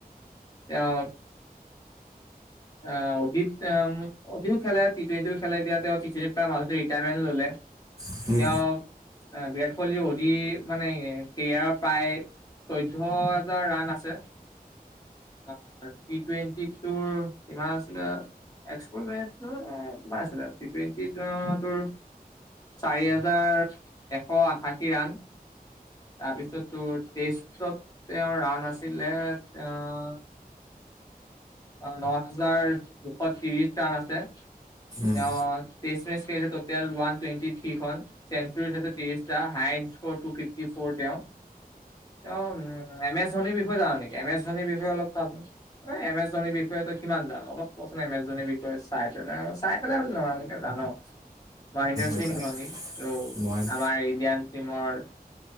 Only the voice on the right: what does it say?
উম
উম
এতিয়া
মহেন